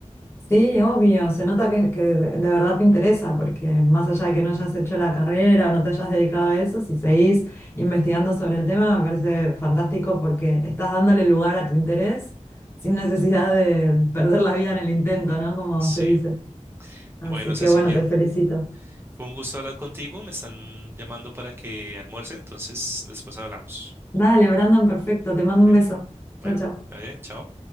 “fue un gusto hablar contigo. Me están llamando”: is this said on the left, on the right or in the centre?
Right